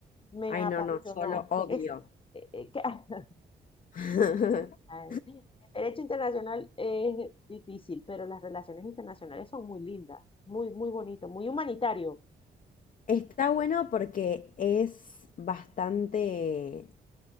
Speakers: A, on the left; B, on the left.
A: Me
B: Ay,
A: apasionó.
B: no, no, yo lo odio.
A: Es, eh, eh, que- <laughs>
B: <laughs>
A: ay, el derecho internacional es difícil, pero las relaciones internacionales son muy lindas, muy, muy bonito, muy humanitario.
B: Está bueno porque es bastante